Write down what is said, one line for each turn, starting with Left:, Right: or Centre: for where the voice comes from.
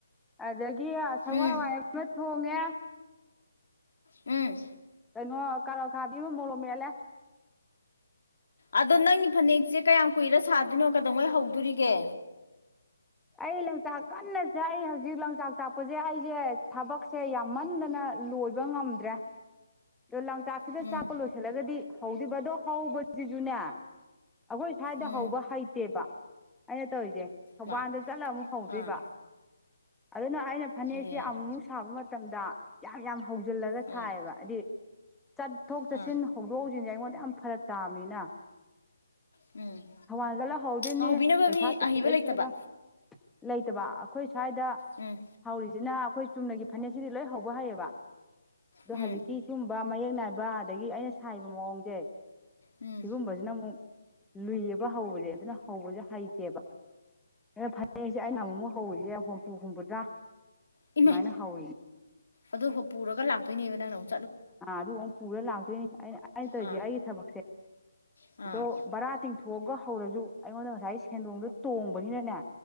Centre: ꯑꯗꯨꯗꯒꯤ ꯁꯒꯋꯥ
Left: ꯎꯝ
Centre: ꯋꯥꯏ ꯑꯃ ꯊꯣꯡꯉꯦ
Left: ꯎꯝ
Centre: ꯀꯩꯅꯩꯅꯣ ꯀꯔ ꯈꯥꯕꯤ ꯃꯣꯂꯣ ꯃꯂ
Left: ꯑꯗꯣ ꯅꯪꯒꯤ ꯐꯅꯦꯛꯁꯦ ꯀꯌꯥꯝ ꯀꯨꯏꯔ ꯁꯥꯗꯣꯏꯅꯣ ꯀꯗꯧꯉꯩ ꯍꯧꯗꯣꯔꯤꯒꯦ
Centre: ꯑꯩ ꯂꯥꯡꯆꯥꯛ ꯀꯟꯅꯁꯦ ꯑꯩ ꯍꯧꯖꯤꯛ ꯂꯪꯆꯥꯛ ꯆꯥꯛꯄꯁꯦ ꯑꯩꯁꯦ ꯊꯕꯛꯁꯦ ꯌꯥꯝꯃꯟꯗꯅ ꯂꯣꯏꯕ ꯉꯝꯗ꯭ꯔꯦ ꯑꯣꯥꯛ ꯆꯥꯛꯁꯤꯗ
Left: ꯎꯝ
Centre: ꯆꯥꯛꯄ ꯂꯣꯏꯁꯤꯜꯂꯒꯗꯤ ꯍꯧꯗꯕ ꯑꯗꯣ ꯍꯧꯕꯁꯤꯁꯨꯅꯦ ꯑꯩꯈꯣꯏ ꯁ꯭ꯋꯥꯏꯗ
Left: ꯎꯝ
Centre: ꯍꯧꯕ ꯍꯩꯇꯦꯕ ꯑꯩꯅ ꯇꯧꯔꯤꯁꯦ ꯊꯧꯕꯥꯜꯗ
Left: ꯃꯥ
Centre: ꯆꯠꯂ ꯑꯃꯨꯛ ꯍꯧꯗꯣꯏꯕ
Left: ꯑꯥ
Centre: ꯑꯗꯨꯅ ꯑꯩꯅ ꯐꯅꯦꯛꯁꯤ
Left: ꯏꯍꯦ
Centre: ꯑꯃꯨꯃꯨꯛ ꯁꯥꯕ ꯃꯇꯝꯗ ꯌꯥꯝ ꯌꯥꯝ ꯍꯧꯖꯤꯜꯂꯒ
Left: ꯑꯥ
Centre: ꯁꯥꯏꯌꯦꯕ ꯍꯥꯏꯗꯤ ꯆꯠꯊꯣꯛ
Left: ꯑꯥ
Centre: ꯆꯠꯁꯤꯟ ꯍꯧꯗꯣꯛ ꯍꯧꯖꯤꯟꯁꯦ ꯑꯩꯉꯣꯟꯗ ꯌꯥꯝ ꯐꯔꯛ ꯇꯥꯕꯅꯤꯅ
Left: ꯎꯝ
Centre: ꯊꯧꯕꯥꯜ ꯆꯠꯂꯍꯧꯗꯣꯏꯅꯤ
Left: ꯍꯧꯕꯤꯅꯕ
Centre: ꯄꯩꯁꯥ
Left: ꯃꯤ
Centre: ꯇꯦꯡꯒ
Left: ꯑꯍꯩꯕ ꯂꯩꯇꯕ
Centre: ꯆꯒ ꯂꯩꯇꯕ ꯑꯩꯈꯣꯏ ꯁ꯭ꯋꯥꯏꯗ
Left: ꯎꯝ
Centre: ꯍꯧꯔꯤꯁꯤꯅ ꯑꯩꯈꯣꯏ ꯆꯨꯝꯅꯒꯤ ꯐꯅꯦꯛꯁꯤꯗꯤ ꯂꯣꯏ ꯍꯧꯕ ꯍꯩꯌꯦꯕ ꯑꯣ
Left: ꯎꯝ
Centre: ꯍꯧꯖꯤꯛꯀꯤ ꯁꯒꯨꯝꯕ ꯃꯌꯦꯛ ꯅꯥꯏꯕ ꯑꯗꯒꯤ ꯑꯩꯅ ꯁꯥꯕ ꯃꯑꯣꯡꯁꯦ
Left: ꯎꯝ
Centre: ꯁꯤꯒꯨꯝ ꯖꯅꯥꯃ ꯂꯨꯏꯌꯦꯕ ꯍꯧꯕꯁꯦ ꯑꯗꯨꯅ ꯍꯧꯕꯁꯦ ꯍꯩꯇꯦꯕ ꯐ ꯍꯌꯦꯡꯁꯦ ꯑꯩꯅ ꯅ ꯑꯃꯨꯛꯨꯛ ꯍꯧꯔꯤꯁꯦ ꯍꯨꯝꯐꯨ ꯍꯨꯝꯕꯗ꯭ꯔꯥ
Left: ꯏꯃꯥ
Centre: ꯃꯥꯥꯏꯅ ꯍꯥꯎꯋꯅ
Left: ꯑꯗꯨ ꯄꯨꯔꯒ ꯂꯥꯛꯇꯣꯏꯅꯦꯕ ꯅꯪꯅꯧ
Centre: ꯑꯥ ꯑꯗꯨ ꯑꯃꯨꯛ ꯄꯨꯔ ꯂꯥꯛꯇꯣꯏꯅꯤ ꯑꯩꯅ ꯑꯩꯅ ꯇꯧꯔꯤꯁꯦ
Left: ꯑꯥ
Centre: ꯑꯩꯒꯤ ꯊꯕꯛꯁꯦ
Left: ꯑꯥ
Centre: ꯑꯗꯣ ꯕꯔꯥ ꯇꯤꯡꯊꯣꯛꯑꯒ ꯍꯧꯔꯁꯨ ꯑꯩꯉꯣꯟꯗ ꯉꯁꯥꯏ ꯁꯦꯟꯗꯣꯡꯗꯣ ꯇꯣꯡꯕꯅꯤꯅꯅꯦ